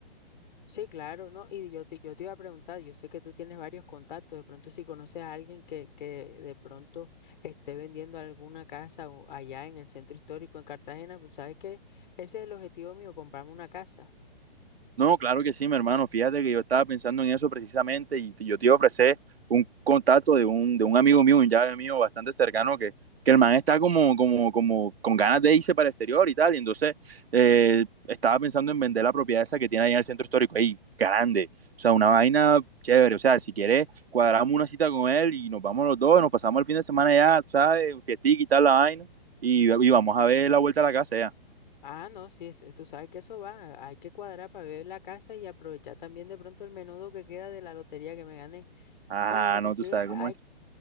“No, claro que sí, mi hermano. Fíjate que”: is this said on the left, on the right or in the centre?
Right